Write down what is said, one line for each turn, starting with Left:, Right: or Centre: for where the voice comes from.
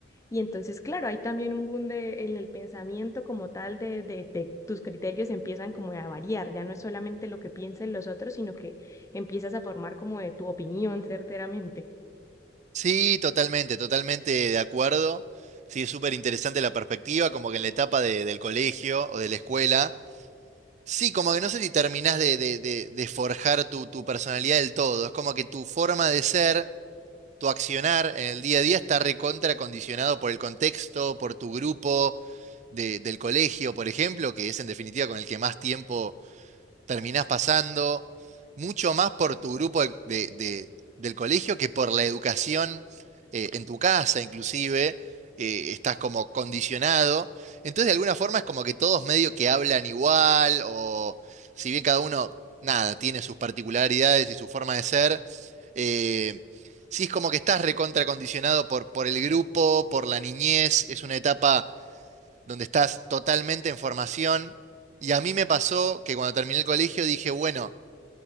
Left: y entonces, claro, hay también un boom de- en el pensamiento como tal de, de, de tus criterios empiezan como a variar, ya no es solamente lo que piensan los otros, sino que empiezas a formar como de tu opinión certeramente.
Right: Sí, totalmente, totalmente de acuerdo. Sí, es súper interesante la perspectiva, como que en la etapa de- del colegio o de la escuela. Sí, como que no sé si terminás de, de- de- de forjar tu, tu personalidad del todo. Es como que tu forma de ser tu accionar en el día a día está recontra condicionado por el contexto, por tu grupo de- del colegio, por ejemplo, que es en definitiva con el que más tiempo terminás pasando mucho más por tu grupo de- de- de- del colegio que por la educación eh, en tu casa, inclusive, eh, estás como condicionado. Entonces, de alguna forma es como que todos medio que hablan igual, o si bien cada uno, nada, tiene sus particularidades y su forma de ser, eh, sí es como que estás recontracondicionado por, por el grupo, por la niñez, es una etapa donde estás totalmente en formación. Y a mí me pasó que cuando terminé el colegio dije, bueno,